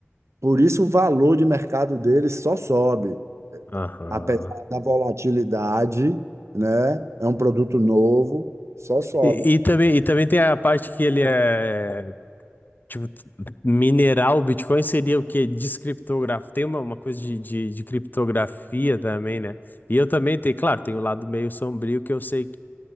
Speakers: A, on the right (about 80°); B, on the left (about 40°).
A: Por isso o valor de mercado dele só sobe,
B: Aham.
A: apesar da volatilidade, né? É um produto novo, só sobe.
B: E, e também, e também tem a parte que ele é, tipo, mineral o Bitcoin seria o quê? Descriptografia. Tem uma, uma coisa de, de, de criptografia também, né? E eu também tenho, claro, tem o lado meio sombrio que eu sei